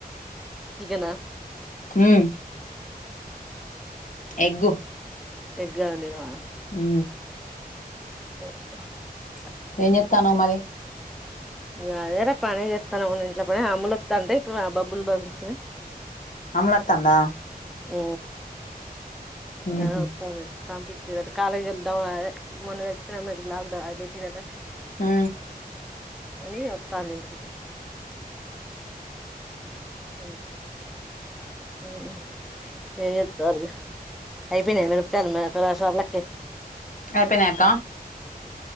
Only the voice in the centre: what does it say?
చికన్ నా
గానే వా
పెప్ హ
ఇగ అదేరా పని చేస్తాను ఉన్న ఇంట్లో పనే అమ్ములు వత్తా అంటే ఇప్పుడు ఆ బబ్బులు పంపించిన
ఉ
ఆ ఉత్సవే పంపిచి రాట కాలేజి వొళ్ళు డవ్ అదే మొన్న వచ్చిన లాక్ డౌన్ అది పెట్టిరట
అనీ ఒతార్ ఇంటికి అవును అవును ఎం జేతారు ఇగ అయిపోయినాయ మిరపకాయలు నా తోనా షాపులకే